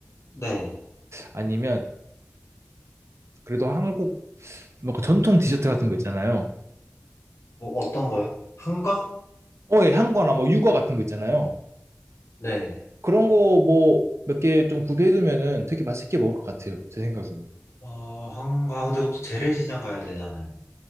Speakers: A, on the left (about 75°); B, on the right (about 70°).
A: 네.
B: 아니면, 그래도 한국, 뭐그 전통 디저트 같은 거 있잖아요.
A: 뭐, 어떤 거요? 한가?
B: 어, 예, 한거나 뭐, 유아 같은 거 있잖아요.
A: 네.
B: 그런 거 뭐, 몇 개 좀 구비해두면은 되게 맛있게 먹을 것 같아요, 제 생각에는.
A: 어, 한가. 근데 그것도 재래시장 가야 되잖아요.